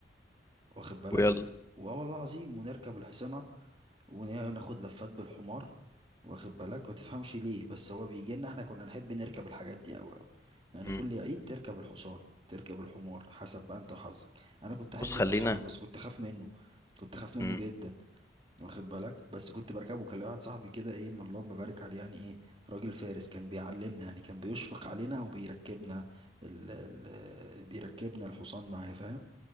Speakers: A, on the right; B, on the left.
A: واخد بالك
B: ويلا
A: واه والله العظيم ونركب الحصانة وناخد لفات بالحمار واخد بالك وتفهمش ليه بس هو بيجي لنا احنا كنا نحب نركب الحاجات دي قوي قوي يعني
B: م.
A: كل عيد تركب الحصان تركب الحمار حسب بقى انت وحظك انا كنت احب
B: بص خلينا
A: الحصان بس كنت اخاف منه كنت اخاف منه
B: م.
A: جدا واخد بالك بس كنت بركبه كان ليا واحد صاحبي كده ايه من اللهم بارك عليه يعني ايه راجل فارس كان بيعلمنا يعني كان بيشفق علينا وبيركبنا ال ال بيركبنا الحصان معاه فاهم